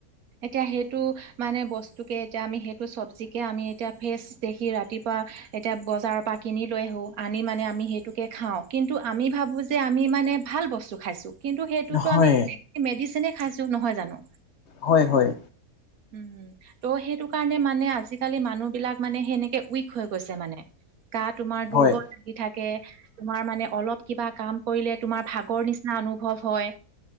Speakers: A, on the right (about 70°); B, on the left (about 55°).
A: এতিয়া সেইটো মানে বস্তুকে এতিয়া আমি সেইটো চব্জিকে আমি এতিয়া ফ্ৰেছ দেখি ৰাতিপুৱা এতিয়া বজাৰৰ পৰা কিনি লৈ আহো আনি মানে, আমি সেইটোকে খাও কিন্তু আমি ভাবো যে যে আমি মানে, ভাল বস্তু খাইছোঁ। কিন্তু সেইটোতো
B: হয়
A: আমি গোটেই মেডিচিনেই খাইছোঁ নহয় জানো।
B: হয় হয়।
A: উম। ত' সেইটো কাৰণে মানে আজিকালি মানুহ বিলাক মানে সেনেকে উইক হৈ গৈছে মানে। গা তোমাৰ
B: হয়
A: দুৰ্বল হৈ থাক তোমাৰ মানে, অলপ কিবা কাম কৰিলে তোমাৰ ভাগৰ নিচিনা অনুভৱ হয়।